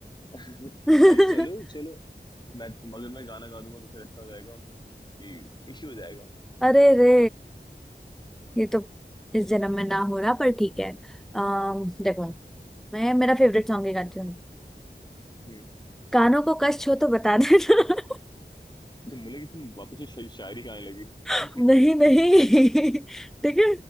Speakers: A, on the left; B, in the centre.
A: चलो <laughs>
B: <laughs>
A: अरे चलो चलो मैं अगर मैं गाना गा दूंगा तो फिर ऐसा हो जाएगा कि इश्यू हो जाएगा
B: अरे रे ये तो इस जन्म में ना हो रहा पर ठीक है अम देखो मैं मेरा फेवरेट सॉन्ग ही गाती हूँ
A: हम्म
B: कानों को कष्ट हो तो बता देना
A: अच्छा बोले कि तुम वापस से शाय- शायरी गाने लगी
B: <laughs>
A: <laughs>
B: नहीं नहीं <laughs> ठीक है